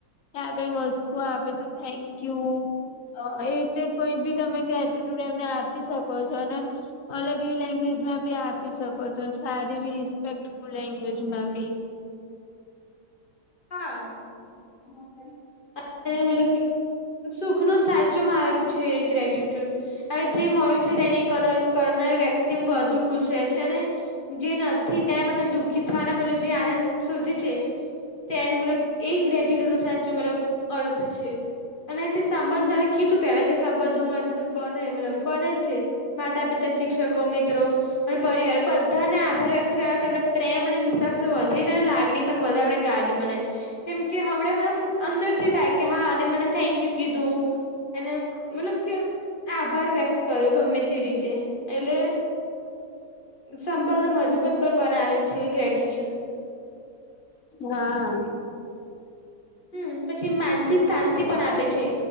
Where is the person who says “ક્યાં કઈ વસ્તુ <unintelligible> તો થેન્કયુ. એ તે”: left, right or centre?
Left